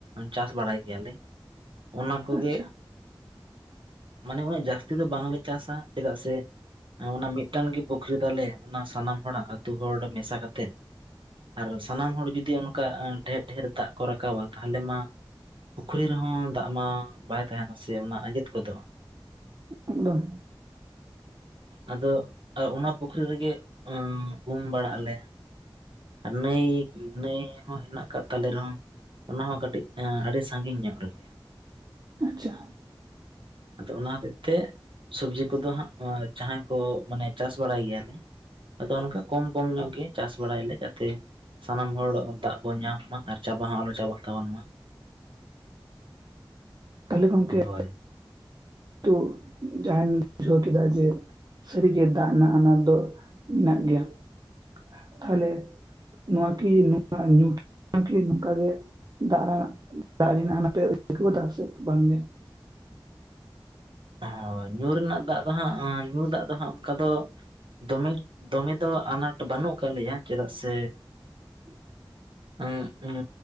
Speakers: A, on the right; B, on the right.
A: ᱪᱟᱥ ᱵᱟᱲᱟᱭ ᱜᱮᱭᱟᱞᱮ᱾ ᱚᱱᱟ ᱠᱚᱜᱮ
B: ᱟᱪᱪᱷᱟ
A: ᱢᱟᱱᱮ ᱩᱱᱟᱹᱜ ᱡᱟᱹᱥᱛᱤ ᱫᱚ ᱵᱟᱝᱞᱮ ᱪᱟᱥᱟ ᱪᱮᱫᱟᱜ ᱥᱮ ᱦᱮᱸ ᱚᱱᱟ ᱢᱤᱫᱴᱟᱝ ᱜᱮ ᱯᱩᱠᱷᱨᱤ ᱛᱟᱞᱮ ᱚᱱᱟ ᱥᱟᱱᱟᱢ ᱦᱚᱲᱟᱜ ᱟᱹᱛᱩ ᱦᱚᱲ ᱢᱮᱥᱟ ᱠᱟᱛᱮᱫ ᱟᱨ ᱥᱟᱱᱟᱢ ᱦᱚᱲ ᱡᱩᱫᱤ ᱚᱱᱠᱟ ᱰᱷᱮᱨ ᱰᱷᱮᱨ ᱫᱟᱜ ᱠᱚ ᱨᱟᱠᱟᱵᱟ ᱛᱟᱦᱞᱮ ᱢᱟ ᱯᱩᱠᱷᱨᱤ ᱨᱮᱦᱚᱸ ᱫᱟᱜ ᱢᱟ ᱵᱟᱭ ᱛᱟᱦᱮᱸᱱᱟ ᱥᱮ ᱚᱱᱟ ᱟᱸᱡᱮᱫ ᱜᱫᱚᱜ-ᱟ᱾
B: ᱮᱜ ᱫᱚᱢ
A: ᱟᱫᱚ ᱚᱱᱟ ᱯᱩᱠᱷᱨᱤ ᱨᱮᱜᱮ ᱩᱢ ᱵᱟᱲᱟᱜ ᱟᱞᱮ᱾ ᱟᱨ ᱱᱟᱹᱭ ᱱᱟᱹᱭ ᱦᱚᱸ ᱦᱮᱱᱟᱜ ᱠᱫ ᱛᱟᱞᱮ ᱨᱮᱦᱚᱸ ᱚᱱᱟ ᱦᱚᱸ ᱠᱟᱹᱴᱤᱡ ᱟᱹᱰᱤ ᱥᱟᱜᱤᱧ ᱧᱚᱜ ᱨᱮᱜᱮ᱾
B: ᱟᱪᱪᱷᱟ
A: ᱟᱫᱚ ᱚᱱᱟ ᱦᱚᱛᱮᱡ ᱛᱮ ᱥᱩᱵᱡᱤ ᱠᱚᱫᱚ ᱦᱟᱸᱜ ᱡᱟᱦᱟᱸᱭ ᱠᱚ ᱢᱟᱱᱮ ᱪᱟᱥ ᱵᱟᱲᱟᱭ ᱜᱮᱭᱟᱞᱮ ᱟᱫᱚ ᱚᱱᱠᱟ ᱠᱚᱢ ᱠᱚᱢ ᱧᱚᱜ ᱜᱮ ᱪᱟᱥ ᱵᱟᱲᱟᱭᱞᱮ, ᱛᱮ ᱥᱟᱱᱟᱢ ᱦᱚᱲ ᱫᱟᱜ ᱵᱚᱱ ᱧᱟᱢ ᱢᱟ ᱟᱨ ᱪᱟᱵᱟ ᱦᱚᱸ ᱟᱞᱚ ᱪᱟᱵᱟᱜ ᱛᱟᱵᱚᱱ ᱢᱟ᱾
B: ᱛᱟᱦᱞᱮ ᱜᱚᱝᱠᱮ
A: ᱦᱳᱭ
B: ᱛᱩ ᱡᱟᱦᱟᱧ ᱵᱩᱡᱷᱟᱹᱣ ᱠᱮᱫᱟ ᱡᱮ ᱥᱟᱹᱨᱤᱜᱮ ᱫᱟᱜ ᱨᱮᱱᱟᱜ ᱟᱱᱟᱴ ᱫᱚ ᱢᱮᱱᱟᱜ ᱜᱮᱭᱟ᱾ᱛᱟᱦᱞᱮ ᱱᱚᱣᱟ ᱠᱤ ᱧᱩ ᱫᱟᱜ ᱱᱚᱭᱟ ᱠᱤ ᱱᱚᱝᱟ ᱜᱮ <unintelligible> ᱱᱟᱛᱮ ᱫ ᱥᱮ ᱵᱟᱝᱜᱮ
A: ᱦᱳᱭ ᱧᱩ ᱨᱮᱱᱟᱜ ᱫᱟᱜ ᱫᱚ ᱦᱟᱸᱜ ᱧᱩ ᱫᱟᱜ ᱫᱚ ᱦᱟᱸᱜ ᱚᱱᱠᱟ ᱫᱚ ᱫᱚᱢᱮ ᱫᱚᱢᱮ ᱫᱚ ᱟᱱᱟᱴ ᱵᱟᱹᱱᱩᱜ ᱟᱠᱟᱜ ᱞᱮᱭᱟ ᱪᱮᱫᱟᱜ ᱥᱮ
B: <inaudible>
A: ᱚᱸ ᱮᱸ